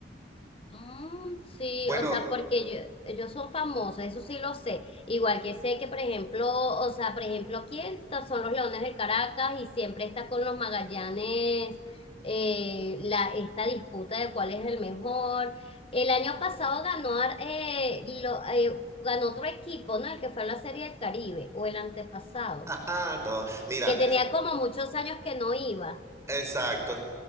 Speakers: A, on the left; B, on the right.
A: Mm, sí,
B: Bueno,
A: o sea, porque yo, ellos son famosos, eso sí lo sé. Igual que sé que, por ejemplo, o sea, por ejemplo, aquí está- son los Leones del Caracas y siempre está con los Magallanes eh, la, esta disputa de cuál es el mejor. El año pasado ganó, Ar- eh, lo, eh, ganó otro equipo, ¿no? El que fue a la Serie del Caribe o el antepasado,
B: <laughs> no, mira,
A: que tenía como muchos años que no iba.
B: exacto.